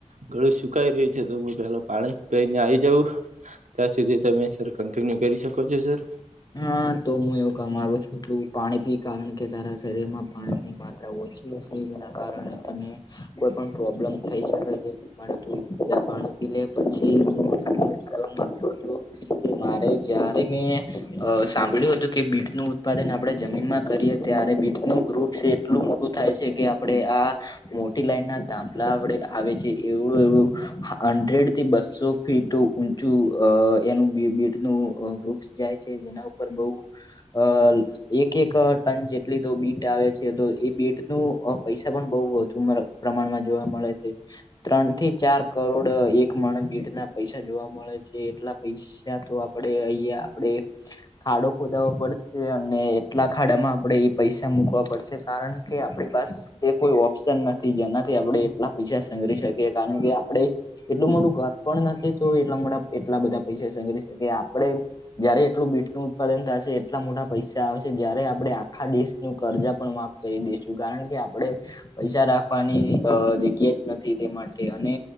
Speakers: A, on the right (about 80°); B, on the left (about 35°).
A: ગળું સુકાઈ રહ્યું છે તો બી પેલા પાણી પાહીને આવી જવું ત્યાં સુધી તમે સર કન્ટિન્યુ કરી શકો છો સર
B: હા તો હું એવું કામ આવુ છું તું પાણી પી કારણ કે તારા શરીર માં પાણીની માત્રા ઓ કારણે તને કોઈ પણ પ્રોબ્લેમ થઈ શકે છે. તું પાણી પી લે પછી મુ તને <unintelligible> એ મારે જ્યારે મે અ સાંભળ્યું હતું કે બીટ નું ઉત્પાદન આપણે જમીનમાં કરીએ ત્યારે બીટ નું વૃક્ષ એટલું બધું થાય છે કે આપડે આ મોટી લાઈન ના ધાભલા વડે આવે છે એવડું એવડું હંડ્રેડ થી બસો ફીટ ઊંચું અ એનું બીટ નુ વૃક્ષ જાય છે જેના ઉપર બહું હલ એક એક ટન જેટલી તો બીટ આવે છે તો એ બીટ નુ પૈસા પણ બઉ વધુ મતલબ પ્રમાણમાં જોવા મળે છે. ત્રણ થી ચાર કરોડ એક માણસ બીટ ના પૈસા જોવા મળે છે એટલા પૈસા પૈસા તો આપણેે અહિયા આપડે ખાડો ખોદાવો પડશે અને એટલા ખાડામાં આપડણે એ પૈસા મૂકવા પડશે કારણ કે આપડી પાસ એ કોઈ ઓપ્શન નથી જેનાથી આપડે એટલા પૈસા સંગલી શકીએ કારણ કે આપડે એટલું મોટું ઘર પણ નથી તો એટલા મોટા એટલા બધા પૈસા સંગરી શકે આપડે જયારે એટલું બીટ નું ઉત્પાદન થશે એટલા મોટા પૈસા આવસે જયારે આપડે આખા દેશનું કર્જા પણ માફ કહી દઈશું કારણ કે આપડે પૈસા રાખવાની અ જગ્યા જ નથી તે માટે અને